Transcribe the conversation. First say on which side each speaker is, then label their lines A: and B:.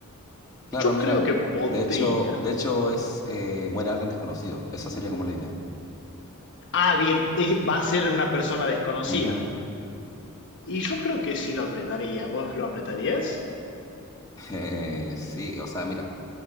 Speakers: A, on the left; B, on the left.
A: Claro,
B: Yo
A: mira,
B: creo que podría.
A: de hecho, de hecho es eh, muere alguien desconocido. Esa sería como la idea.
B: Ah, bien, eh, va a ser una persona desconocida.
A: Ujú. <laughs>
B: Y yo creo que sí lo apretaría. ¿Vos lo apretarías?
A: Eh, sí, o sea, mira,